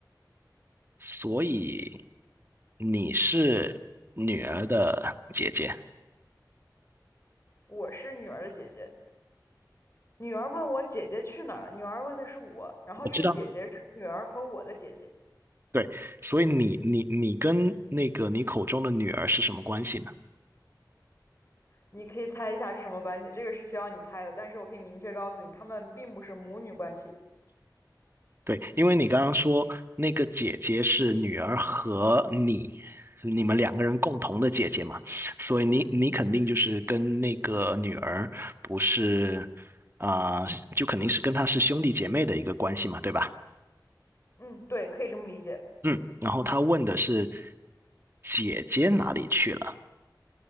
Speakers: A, on the right; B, on the left.
A: 所以你是女儿的姐姐，
B: 我是女儿的姐姐。女儿问我姐姐去哪儿了，女儿问的是我，然后这个姐姐是女儿和我的姐姐，
A: 我知道。对，所以你你你跟那个你口中的女儿是什么关系呢？
B: 你可以猜一下是什么关系？这个是需要你猜的，但是我可以明确告诉你，她们并不是母女关系。
A: 对，因为你刚刚说那个姐姐是女儿和你，你们两个人共同的姐姐嘛，所以你你肯定就是跟那个女儿不是啊、就肯定是跟她是兄弟姐妹的一个关系嘛，对吧？
B: 嗯，对，可以这么理解。
A: 嗯，然后他问的是姐姐哪里去了，